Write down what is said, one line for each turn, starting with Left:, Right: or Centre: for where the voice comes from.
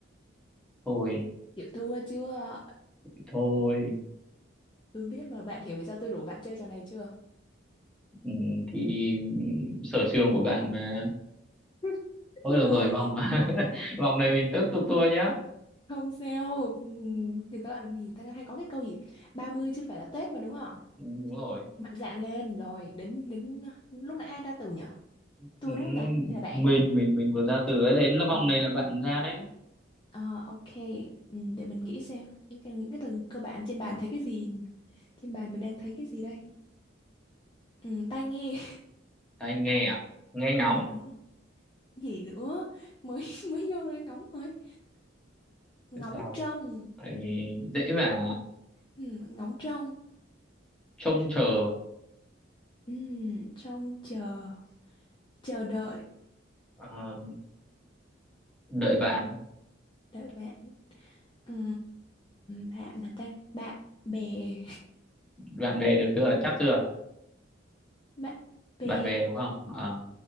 Centre: thôi
Left: chịu thua chưa
Centre: thôi
Left: tôi biết mà bạn hiểu vì sao tôi rủ bạn chơi trò này chưa
Centre: ừ, thì sở trường của bạn mà
Left: <laughs>
Centre: thôi được
Left: rồi
Centre: rồi vòng <laughs> vòng này mình tiếp tục thua nhá
Left: không sao Ừm, thì các bạn thì ta hay có cái câu gì 30 chứ phải là Tết mà đúng không
Centre: Ừ, đúng rồi
Left: mạnh dạn lên rồi đến đến lúc nãy ai ta từ nhở tôi
Centre: Ừ,
Left: đúng không ta hay là bạn
Centre: mình mình mình vừa ra từ ấy đến là vòng
Left: Ờ.
Centre: này là bạn ra đấy
Left: Ờ, ok, ừ, để mình nghĩ xem những cái, những cái từ cơ bản trên bàn thấy cái gì trên bàn mình đang thấy cái gì đây ừ, tai nghe
Centre: anh nghe à nghe ngóng
Left: ừ, đúng rồi gì nữa mới <laughs> mới vô ra ngóng thôi ngóng
Centre: sao
Left: trông
Centre: Tại dễ mà
Left: ừ, ngóng trông
Centre: trông chờ
Left: ừ, trông chờ chờ đợi
Centre: ờ, đợi bạn
Left: đợi bạn ừ, bạn là ta bạn bè
Centre: bạn về được chưa chắc chưa
Left: bạn bè
Centre: bạn bè đúng không Ờ.